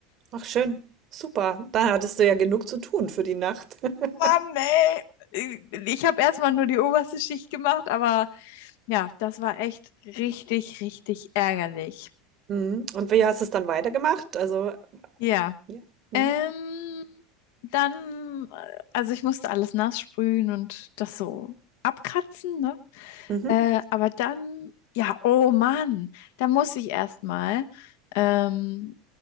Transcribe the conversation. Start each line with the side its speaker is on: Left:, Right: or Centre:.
Right: Ach, schön. Super. Da hattest du ja genug zu tun für die Nacht. <laughs>
Left: Mann, ey. Ich habe erstmal nur die oberste Schicht gemacht, aber ja, das war echt richtig, richtig ärgerlich.
Right: Mhm. Und wie hast du es dann weitergemacht? Also,
Left: Ja.
Right: ja. Mhm.
Left: Ähm, dann, äh, also ich musste alles nass sprühen und das so abkratzen, ne?
Right: Mhm.
Left: Äh, aber dann, ja, oh Mann, da muss ich erstmal ähm,